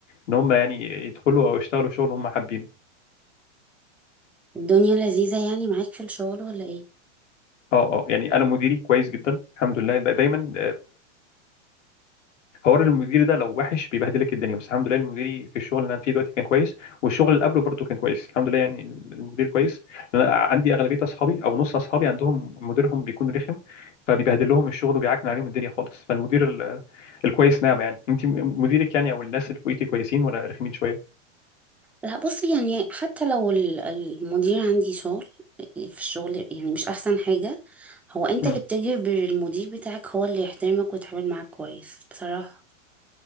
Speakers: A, on the left; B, in the centre.
A: ان هم يعني يدخلوا او يشتغلوا شغل هم حابينه
B: الدنيا لذيذة يعني معاك في الشغل ولا ايه؟
A: اه اه يعني انا مديري كويس جدا الحمد لله دا- دايما حوار المدير ده لو وحش بيبهدلك الدنيا بس الحمد لله المديري في الشغل اللي انا فيه دلوقتي كان كويس والشغل اللي قبله برضه كان كويس الحمد لله يعني المدير كويس لأن انا عندي اغلبيه اصحابي او نص اصحابي عندهم مديرهم بيكون رخم فبيبهدل لهم الشغل وبيعكن عليهم الدنيا خالص فالمدير ال- الكويس نعمه يعني انت م- مديرك يعني او الناس اللي فوقيكي كويسين ولا رخمين شويه
B: لا بصي يعني حتى لو ال- المدير عندي شغل في الشغل يعني مش أحسن حاجة هو انت
A: مم.
B: اللي بتجبر المدير بتاعك هو اللي يحترمك ويتعامل معاك كويس بصراحة